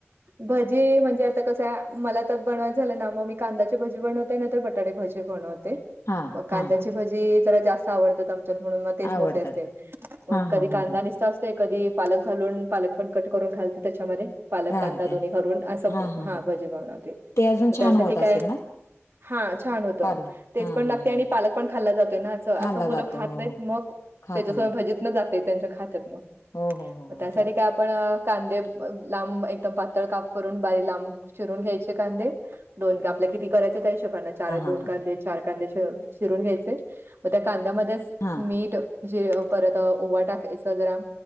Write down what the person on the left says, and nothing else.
हां हां
आवडतात
हा
हा हा
हा
घालत्या
हा हा
ते अजून छान
होत असेल
ना
पाला
हा
हा
हा
खाल्ला
जातो
हो
हो
खात
नाही
हो हो हो हो
ते
हा हा
हा
हा